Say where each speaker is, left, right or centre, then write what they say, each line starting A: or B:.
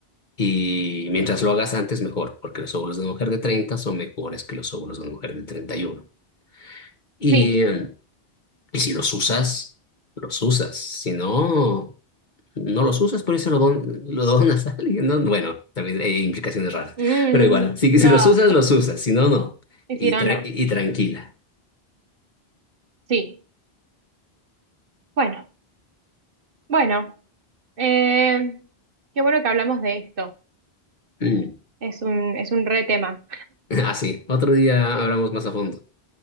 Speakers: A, on the left; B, on the right.
A: y mientras lo hagas antes, mejor, porque los óvulos de una mujer de 30 son mejores que los óvulos de una mujer de 31. Y,
B: Sí.
A: uno. Y, eh, y si los usas, los usas. Si no, no los usas, por eso lo, don- lo donas a alguien, ¿no? Bueno, también hay implicaciones raras,
B: Mm,
A: pero igual, si,
B: no.
A: si los usas, los usas, si no, no.
B: Hicieron
A: Y, tra-
B: no. no.
A: y tranquila.
B: Sí. Bueno, bueno. eh, qué bueno que hablamos de esto.
A: Mm.
B: Es un, es un re tema.
A: <laughs> Así, otro día hablamos más a fondo,